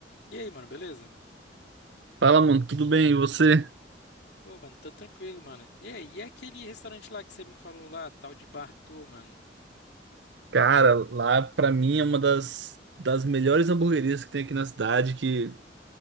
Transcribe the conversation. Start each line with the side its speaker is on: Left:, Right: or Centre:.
Left: E aí, mano, beleza?
Right: Fala, mano, tudo bem? E você?
Left: Ô, mano, tô tranquilo, mano. E aí, e aquele restaurante lá que você me falou lá, tal de Bartô, mano?
Right: Cara, lá pra mim é uma das, das melhores hamburguerias que tem aqui na cidade, que